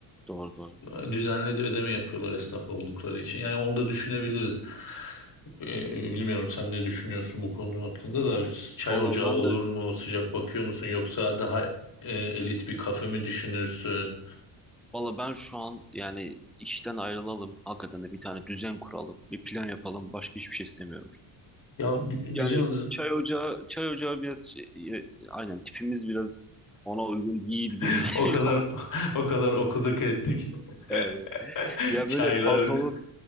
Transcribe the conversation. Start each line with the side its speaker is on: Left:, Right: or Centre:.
Centre: Doğru doğru.
Left: E, Düzenli de ödeme yapıyorlar esnaf oldukları için. Yani onu da düşünebiliriz. E, bilmiyorum sen ne düşünüyorsun bu konu hakkında da çay
Centre: Valla
Left: ocağı
Centre: ben
Left: olur
Centre: de
Left: mu? Sıcak bakıyor musun? Yoksa daha e, elit bir kafe mi düşünürsün?
Centre: valla ben şu an yani işten ayrılalım. Hakikaten de bir tane düzen kuralım. Bir plan yapalım. Başka hiçbir şey istemiyorum
Left: Ya bi-
Centre: Yani
Left: biliyorsunuz
Centre: çay ocağı, çay ocağı biraz şey, e, aynen tipimiz biraz ona uygun değil gibi
Left: <laughs>
Centre: <laughs>
Left: o
Centre: geliyor.
Left: kadar <laughs> o kadar okuduk ettik.
Centre: Evet.
Left: <laughs>
Centre: Ya
Left: Çaylar
Centre: böyle pantolon
Left: <laughs>